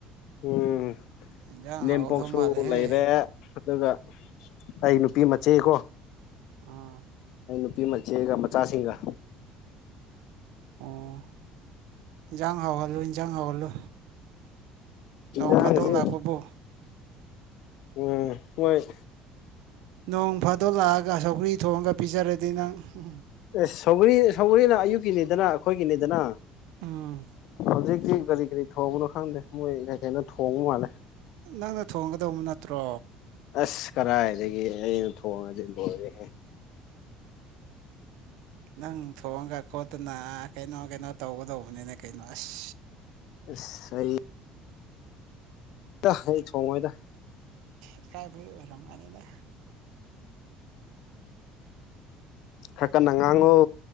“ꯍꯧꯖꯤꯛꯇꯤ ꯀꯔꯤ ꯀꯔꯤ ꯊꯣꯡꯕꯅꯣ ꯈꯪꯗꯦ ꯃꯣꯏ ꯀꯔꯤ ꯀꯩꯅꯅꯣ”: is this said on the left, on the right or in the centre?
Left